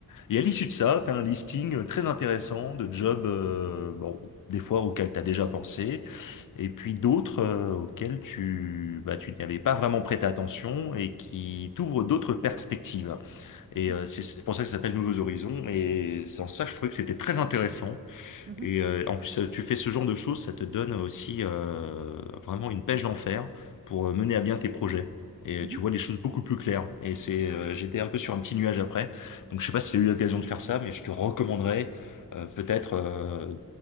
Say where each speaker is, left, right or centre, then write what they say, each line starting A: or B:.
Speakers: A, on the left; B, on the right.
A: Et à l'issue de ça, tu as un listing euh, très intéressant de jobs, euh, bon, des fois auxquels tu as déjà pensé, et puis d'autres euh, auxquels tu, bah, tu n'avais pas vraiment prêté attention et qui t'ouvrent d'autres perspectives.
B: mhm,
A: Et euh, c'est c'est pour ça que ça s'appelle Nouveaux Horizons. Et c'est en ça, je trouvais que c'était très intéressant.
B: mhm,
A: Et euh, en plus, euh, tu fais ce genre de choses, ça te donne aussi euh, vraiment une pêche d'enfer pour euh, mener à bien tes projets. Et
B: mhm.
A: tu vois les choses beaucoup plus claires. Et c'est, euh, j'étais un peu sur un petit nuage après. Donc je sais pas si tu as eu l'occasion de faire ça, mais je te recommanderais euh, peut-être euh,